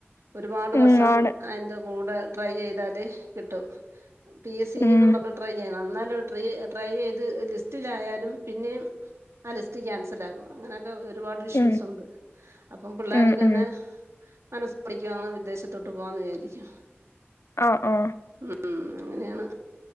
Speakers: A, on the right; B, on the left.
A: ഒരുപാട്
B: ഉം
A: വർഷം
B: ആണ്
A: അയ്ന്റെ കൂടെ ട്രൈ ചെയ്താല് കിട്ടും പി എസി
B: ഉം
A: ന്നും ട്രൈ ചെയ്യണം ന്നാലും ട്രി ട്രൈ ചെയ്ത് ലിസ്റ്റിലായാലും പിന്നെയും ആഹ് ലിസ്റ്റ് ക്യാൻസലാക്കും അങ്ങനെയൊക്കെ ഒരുപാട് ഇഷ്യൂസ്
B: ഉം
A: ഉണ്ട് അപ്പം പിള്ളേര്
B: ഉം
A: തന്നെ
B: ഉം
A: മനസ് പിഠിക്കും അങ്ങ് വിദേശത്തോട്ട് പോവാന്ന് വിചാരിക്കും
B: ആഹ് ആഹ്
A: ഉം ഉം അങ്ങനെയാണ്